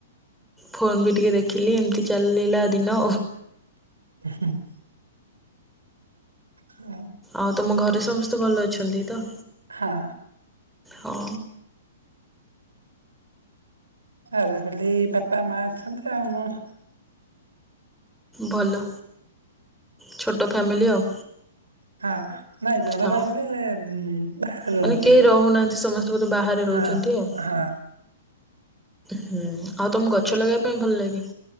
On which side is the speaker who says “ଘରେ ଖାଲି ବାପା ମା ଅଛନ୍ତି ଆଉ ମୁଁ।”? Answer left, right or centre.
Right